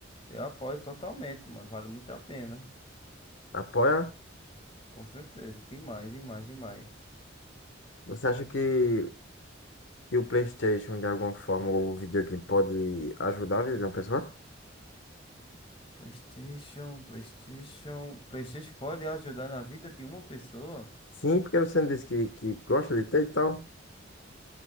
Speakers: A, on the left; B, on the left.
A: eu apoio totalmente, mano. Vale muito a pena.
B: Apoia?
A: Com certeza. Tem mais, demais, demais.
B: Você acha que, que o PlayStation, de alguma forma, ou o videogame pode ajudar a vida de uma pessoa?
A: PlayStation, PlayStation. PlayStation pode ajudar na vida de uma pessoa.
B: Sim, porque você não disse que, que gosta de ter e tal.